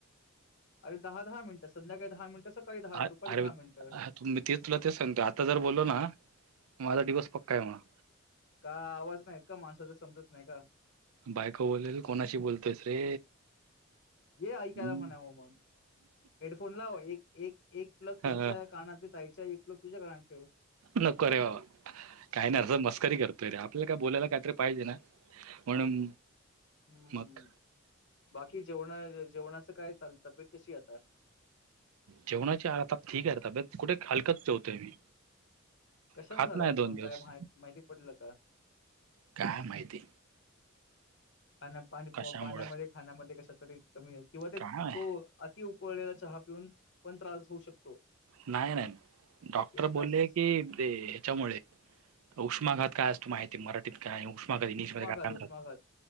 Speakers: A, on the left; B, on the right.
A: अरे, दहा -दहा मिनटात संध्याकाळी दहा मिनिटं सकाळी दहा
B: अ
A: दुपारी
B: अरे
A: दहा मिनिटं
B: मी ते तुला तेच सांगतो. आता जर बोललो ना माझा डिओस पक्का हाय मग.
A: का आवाज नाहीत का माणसाच समजत नाही का?
B: बायक बोलेल कोणाशी बोलतोयस रे.
A: ये ऐकायला
B: हम्म.
A: म्हणाव मग. हेडफोन लाव एक, एक, एक प्लग त्यांच्या
B: हा, हा.
A: कानात ताईच्या एक प्लग तुझ्या कानात ठेव.
B: नको रे बाबा काही नाही अर् मस्करी करतोय रे आप -- आप का बोलायला काहीतरी पाहिजे ना म्हणून
A: हम्म.
B: मग
A: बाकी जेवणा जेवणाचं काय चालत? तपे -- कशी आता?
B: जेवणाची आ आता ठीक आहे तबेत कुठे हलकत जेवतोय मी.
A: कशानं
B: खात
A: झालं
B: नाही
A: होतं
B: दोन
A: पण
B: दिवस,
A: काय माहि माहिती पडलं का
B: काय माहिती.
A: ख पाणी
B: कशामुळे
A: पाण्यामध्ये खाण्यामध्ये कशातरी कमी आहे किंवा ते तो
B: काय
A: अति -- कोळळेला चहा पिऊन पण त्रास होऊ शकतो.
B: नाही, नाही. डॉक्टर
A: एक तास
B: बोलले की ह्याच्यामुळे -- उष्माघात काय असतो माहिती मराठीत काय उष्मा क इंग्लिश
A: उष्माघात
B: मध्ये काय म्हणतात
A: उष्माघात